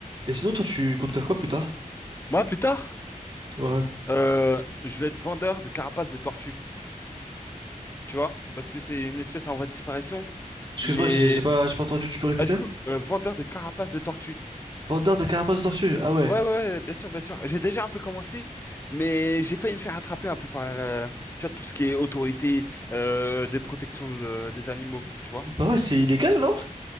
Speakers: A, on the right (about 35°); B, on the left (about 15°).
A: Et sinon, toi, tu comptes faire quoi plus tard?
B: Moi, plus tard,
A: Ouais.
B: euh, je vais être vendeur de carapaces de tortues, tu vois? Parce que c'est une espèce en voie de disparition.
A: Excuse-moi,
B: Mais...
A: j'ai j'ai pas, j'ai pas entendu, tu peux répéter?
B: Ah, du coup, euh, vendeur de carapaces de tortues.
A: Vendeur de carapace de tortue, ah ouais.
B: Ouais, ouais, ouais, bien sûr, bien sûr. J'ai déjà un peu commencé, mais j'ai failli me faire attraper un peu par la... Tu vois, tout ce qui est autorité euh, des protections de- des animaux, tu vois?
A: Bah ouais, c'est illégal, non?